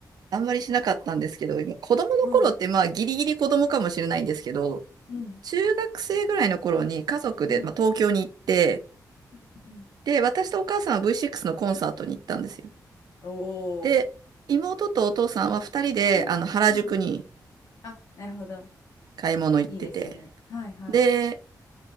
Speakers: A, on the right; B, on the left.
A: あんまりしなかったんですけど、今子供の頃ってまあギリギリ子供かもしれないんですけど、
B: うんうん。
A: 中学生ぐらいの頃に家族で、
B: うん。
A: まあ、東京に行って、
B: うんうん。
A: で、私とお母さんは V6 のコンサートに行ったんですよ。
B: おー。
A: で、妹とお父さんは2人であの原宿に
B: うんうん。あ、なるほど。
A: 買い物行ってて、
B: いいですね。はいはい。
A: で、